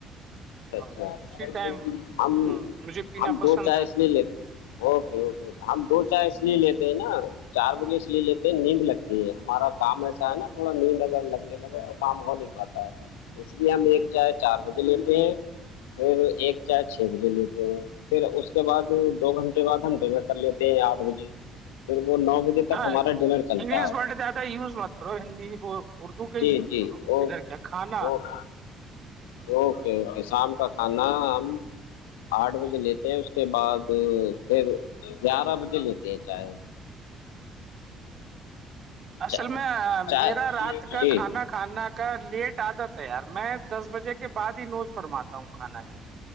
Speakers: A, on the left (about 75°); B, on the right (about 45°).
A: اچھا
B: اور
A: اچھا
B: اسی ٹائم
A: ہم
B: مجھے پینا
A: ہم
B: پسند
A: دو چوائس
B: ہے
A: لے لیں اوکےوکے ہم دو چائے اس لیے لیتے ہیں نا چار بجے اس لیے لیتے ہیں نیند لگتی ہے ہمارا کام ایسا ہے نا تھوڑا نیند اگر لگنے لگے تو کام ہو نہیں پاتا
B: ہاں
A: ہے اس لیے ہم ایک چاہ چار بجے لیتے ہیں پھر ایک چار چھ بجے لیتے ہیں پھر اس کے بعد دو گھنٹے بعد ہم ڈریر کر لیتے ہیں آٹھ بجے پھر وہ نو بجے تک
B: ہاں
A: ہمارا ڈنر چلتا
B: انگلش
A: ہے
B: ورڈ زیادہ یوز مت کرو ہندی وہ اردو کے
A: جی
B: ہی یوز
A: جی
B: کرو
A: اوک
B: کدھر کیا کھانا
A: اوک اوکے اوکے شام کا کھانا ہم آٹھ بجے لیتے ہیں اس کے بعد پھر گیارہ بجے لیتے ہیں چاہے
B: اصل
A: چائے
B: میں میرا رات کا
A: جی
B: کھانا کھانا کا لیٹ آتا تھا یار میں دس بجے کے بعد ہی نوز فرماتا ہوں کانا یہاں پہ